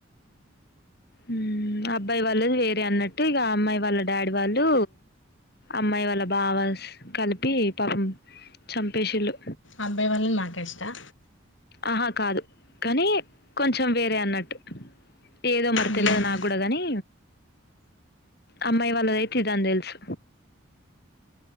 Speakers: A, on the left; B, on the left.
A: ఉమ్ అబ్బాయి వాళ్ళది వేరే అన్నట్టు ఇగా అమ్మాయి వాళ్ళ డాడీ వాళ్ళు అమ్మాయి వాళ్ళ బావాస్ కలిపి పాపం చంపేసిల్లు
B: అబ్బాయి వాళ్ళని మా క్యాస్ట్ ఆ
A: ఆహా కాదు కానీ కొంచెం వేరే అన్నట్టు ఏదో మరి
B: ఉమ్.
A: తెల్వదు నా కూడా కాని అమ్మాయి వాళ్ళదయితే ఇది అని తెలుసు